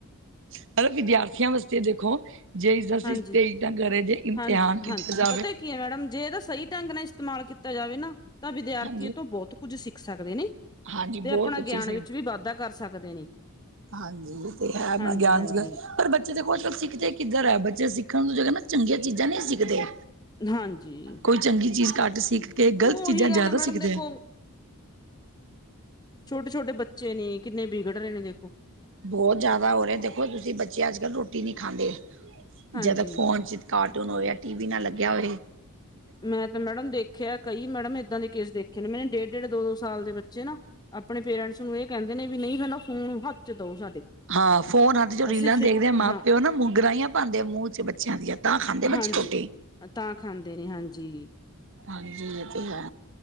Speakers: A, on the right; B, on the left.
A: ਮਤਲ ਵਦਿਆਰਥੀਆ ਵਾਸਤੇ ਦੇਖੋ ਜੇ ਇਸਦਾ ਅਸੀਂ
B: ਹਾਂਜੀ
A: ਸਈ ਢੰਗ ਕਰੇ, ਜੇ ਇਮਤਿਹਾਨ
B: ਹਾਂਜੀ
A: ਕੀਤਾ
B: ਹਾਂਜੀ
A: ਜਾਵੇ
B: ਪਤਾ ਕੀ ਆ ਮੈਡਮ ਜੇ ਏਦਾ ਸਈ ਢੰਗ ਨਾਲ ਇਸਤੇਮਾਲ ਕੀਤਾ ਜਾਵੇ ਨਾ ਤਾਂ ਵਿਦਿਆਰਥੀ
A: ਹਾਂਜੀ
B: ਏ ਤੋਂ ਬੋਤ ਕੁੱਜ ਸਿੱਖ ਸਕਦੇ ਨੇ
A: ਹਾਂਜੀ ਬਹੁਤ
B: ਤੇ ਅਪਨਾ
A: ਕੁਛ
B: ਗਿਆਨ
A: ਇਸ
B: ਵਿੱਚ ਵੀ ਵਾਧਾ ਕਰ ਸਕਦੇ ਨੇ।
A: ਹਾਂਜੀ ਏ ਤੇ ਹੈ ਅਪਨਾ
B: ਹਾਂਜੀ
A: ਗਿਆਨ
B: ਹਾਂਜੀ
A: ਪਰ ਬ ਚੇ ਦੇਖੋ ਆੱਜਕੱਲ ਸਿੱਖਦੇ ਕਿੱਦਰ ਐ, ਬੱਚੇ ਸਿੱਖਣ ਜੇ ਨਾ ਚੰਗੀਆਂ ਚੀਜ਼ਾਂ ਨਈ ਸਿੱਖਦੇ।
B: ਹਾਂਜੀ।
A: ਕੋਈ ਚੰਗੀ ਚੀਜ਼ ਘੱਟ ਸਿੱਖ ਕੇ
B: ਉਹ
A: ਗਲਤ ਚੀਜ਼ਾਂ
B: ਉਹੀ ਗੱਲ
A: ਜੈਦਾ
B: ਹੈ ਮੈਡਮ
A: ਸਿੱਖਦੇ
B: ਦੇਖੋ
A: ਆ।
B: ਛੋਟੇ-ਛੋਟੇ ਬੱਚੇ ਨੇ ਕਿੰਨੇ ਵਿਗੜ ਰਏ ਨੇ ਦੇਖੋ।
A: ਬੋਤ ਜੈਦਾ ਹੋ ਰਿਆ ਦੇਖੋ ਤੁਸੀਂ ਬੱਚੇ ਆੱਜ-ਕੱਲ ਰੋਟੀ ਨੀ ਖਾਂਦੇ
B: ਹਾਂਜੀ
A: ਜਦੋ ਫੋਨ ਚ ਕਾਰਟੂਨ ਹੋਇਆ ਟੀ ਵੀ ਨਾ ਲੱਗਿਆ ਹੋਏ
B: ਮੈਂ ਤਾ ਮੈਡਮ ਦੇਖਿਆ ਕਈ ਮੈਡਮ ਏਦਾਂ ਦੇ ਕੇਸ ਦੇਖੇ ਨੇ ਮੈਨੇ ਡੇਢ-ਡੇਢ, ਦੋ-ਦੋ ਸਾਲ ਦੇ ਬੱਚੇ ਨਾ ਅਪਨੇ ਪੇਰੈਂਟਸ ਨੂੰ ਏ ਕੈਂਦੇ ਨੇ ਵੀ ਨਈ ਪੈਲਾ ਫੋਨ ਹੱਥ ਚ ਦਓ ਸਾਡੇ।
A: ਹਾਂ, ਫੋਨ ਹੱਥ ਜੋ ਰੀਲਾਂ
B: ਅਸੀਂ ਫੇ
A: ਦੇਖਦੇਆ ਮਾਂ-ਪਿਓ
B: ਹਾਂ
A: ਨਾ ਮੁ ਗਰਾਈਆਂ ਪਾਂਦੇ ਆ ਮੂੰਹ ਚ ਬੱਚਿਆਂ ਦੀਆਂ ਤਾਂ ਖਾਂਦੇ ਬੱਚੇ
B: ਹਾਂਜੀ
A: ਰੋਟੀ।
B: ਤਾਂ ਖਾਂਦੇ ਨੇ ਹਾਂਜੀ।
A: ਹਾਜੀ ਏ ਤੇ ਹੈ।